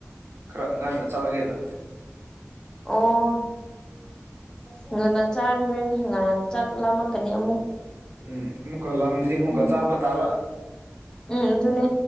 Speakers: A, on the right; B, on the left.
A: ꯈꯔ ꯉꯟꯅ ꯆꯥꯎꯥꯒꯦꯅ
B: ꯑꯣ ꯍꯪ ꯉꯅꯥ ꯆꯥꯗꯔꯦꯅꯤ ꯍꯪꯒꯥꯅꯥ ꯆꯥꯛ ꯂꯥꯝꯃꯀꯅꯤ ꯑꯃꯨꯛ
A: ꯎꯝ ꯑꯃꯨꯛꯀ ꯂꯗꯤ ꯑꯃꯨꯀ
B: ꯎꯝ
A: ꯆꯥꯕ ꯇꯥꯕ
B: ꯎꯝ ꯑꯗꯨꯅꯦ